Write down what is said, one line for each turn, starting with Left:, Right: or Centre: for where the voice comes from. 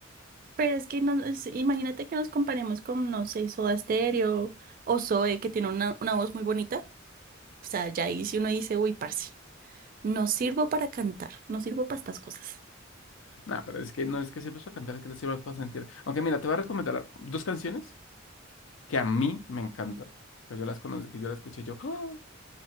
Right: Pero es que no, es- imagínate que nos comparemos con, no sé, Soda Stereo o Zoe, que tiene una, una voz muy bonita. O sea, ya ahí si uno dice, uy, parce, no sirvo para cantar, no sirvo para estas cosas.
Left: No, pero es que no es que sepas para cantar, es que sepas para sentir. Aunque mira, te voy a recomendar dos canciones que a mí me encantan. Que yo las conocí, que yo las escuché yo. ¡ah!